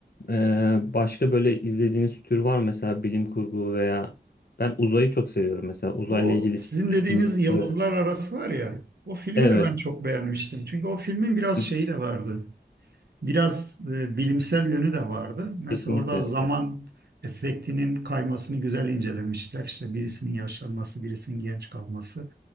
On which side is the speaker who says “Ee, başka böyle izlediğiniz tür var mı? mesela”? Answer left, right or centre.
Left